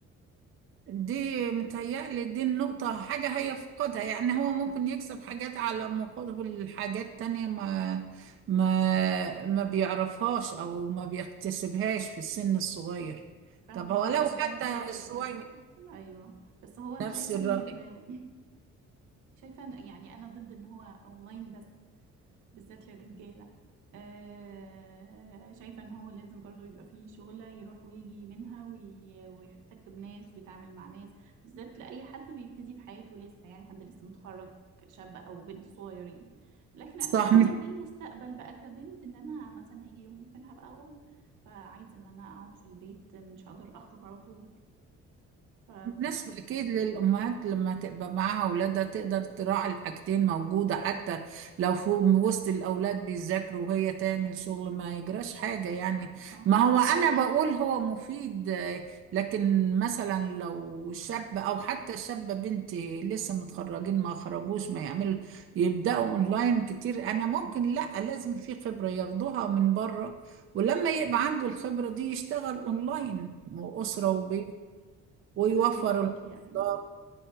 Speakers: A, on the right; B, on the right.
A: دي متهيألي دي النقطة حاجة هيفقدها يعني هو ممكن يكسب حاجات على مقابل حاجات تانية ما ما ما بيعرفهاش او ما بيكتسبهاش في السن الصغير
B: فاهماكي
A: طب هو لو
B: ده
A: حتى
B: نفس رأيي برضو
A: شوية
B: ايوه بس هو انا
A: نفس
B: شايفة
A: الرأي
B: انه ال شايفة إن- يعني أنا ضد إن هو أونلاين بس بالذات للرجالة آه شايفة إن هو لازم برضو يبقى فيه شغلة يروح ويجي منها وي- ويحتك بناس ويتعامل مع ناس بالذات لأي حد بيبتدي في حياته لسه يعني حد لسه متخرج شاب أو بنت صغيرين لكن
A: صح
B: أنا بتكلم
A: مش
B: للمستقبل بقى كبنت إن أنا مثلا هيجي يوم ممكن هبقى أم فعايزة إن أنا أقعد في البيت مش هقدر أخرج على طول ف... ف...
A: مناسب اكيد للامهات لما تبقى معاها اولادها تقدر تراعي الحاجتين موجوده حتى لو فوق وسط الاولاد بيذاكروا وهي تعمل شغل ما يجراش حاجه يعني
B: صح
A: ما هو انا بقول هو مفيد آه، لكن مثلا لو شاب او حتى شابه بنتي لسه متخرجين ما خرجوش ما يعملوا يبداوا اونلاين كتير انا ممكن لا لازم في خبره ياخدوها من بره ولما يبقى عنده الخبرة دي يشتغل اونلاين وأسرة
B: بالظبط
A: وبيت ويوفر
B: أنا معاكي
A: المصدر
B: أيوه